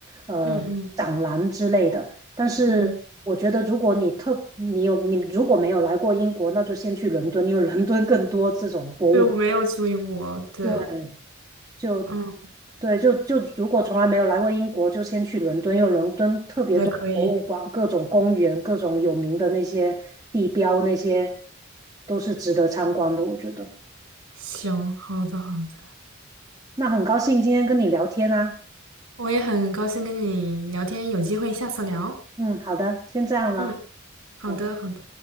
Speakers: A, on the right; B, on the right.
A: 呃展览之类的。
B: 嗯嗯
A: 但是我觉得，
B: 嗯，
A: 如果你特你有你如果没有来过英国，那就先去伦敦，因为伦敦更多这种博物。
B: 对，我没有去过英国。对，
A: 对，就
B: 嗯，
A: 对，就就如果从来没有来过英国，就先去伦敦，因为伦敦特别多博物馆、
B: 好的，可以，
A: 各种公园、各种有名的那些地标，那些都是值得参观的，我觉得。
B: 行，好的好的，
A: 那很高兴今天跟你聊天啊，
B: 我也很高兴跟你聊天，有机会下次聊。
A: 嗯，好的，先这样了。
B: 嗯，好的好的。
A: 好